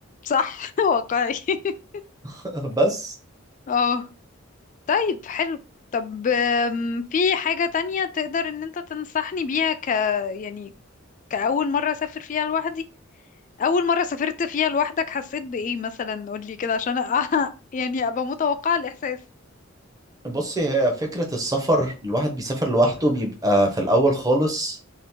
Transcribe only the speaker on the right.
<laughs> بس
بصي هي فكرة السفر الواحد بيسافر لوحده بيبقى في الأول خالص